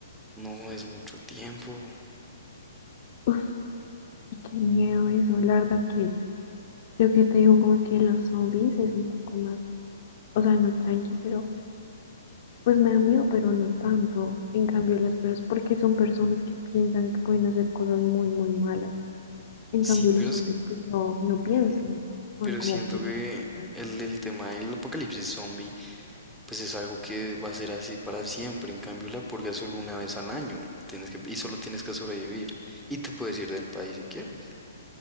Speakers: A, in the centre; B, on the left.
A: no, es mucho tiempo.
B: Uf. Y qué miedo eso, la verdad que lo que te digo como que los zombies es un poco más, o sea, no tranqui, pero pues me da miedo, pero no tanto. En cambio las personas, porque son personas que piensan que pueden hacer cosas muy, muy malas. En
A: Sí,
B: cambio
A: pero
B: los zombies
A: es...
B: pues no, no piensan,
A: mm,
B: van
A: Pero
B: como
A: siento
B: por instinto.
A: que el, el tema del apocalipsis zombie, pues es algo que va a ser así para siempre. En cambio, la purga es solo una vez al año. Tienes que, y solo tienes que sobrevivir. Y te puedes ir del país si quieres.